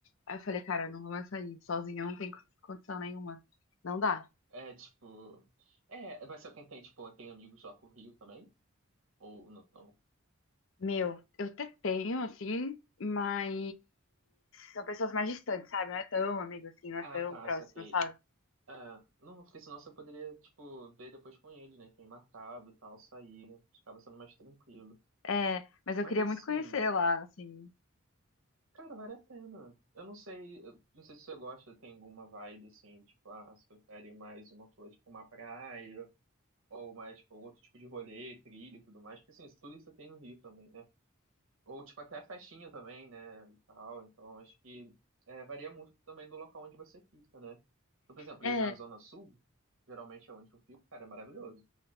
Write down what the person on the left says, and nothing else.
Aí eu falei, cara, eu não vou mais sair sozinha, não tem condição nenhuma. Não dá.
Meu, eu até tenho, assim, mas são pessoas mais distantes, sabe? Não é tão amigo assim, não é
tão
próximo,
sabe?
É, mas eu
queria
muito conhecer lá, assim.
É,